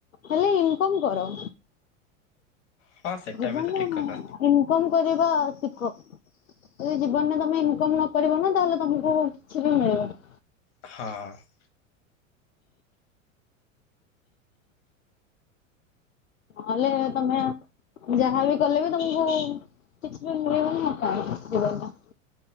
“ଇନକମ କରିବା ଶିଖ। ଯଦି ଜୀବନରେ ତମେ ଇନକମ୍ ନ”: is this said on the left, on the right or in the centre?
Left